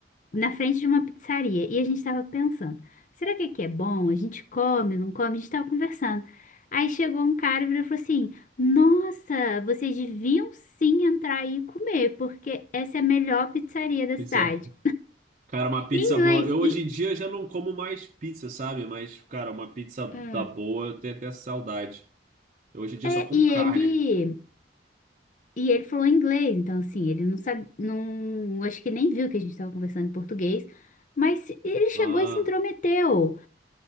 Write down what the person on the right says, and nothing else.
Pizza.
Cara, uma pizza
boa. Eu hoje
em dia já não como mais pizza, sabe? Mas, cara, uma pizza
da boa, eu tenho até saudade. Eu hoje em dia
só como
carne.
Ah.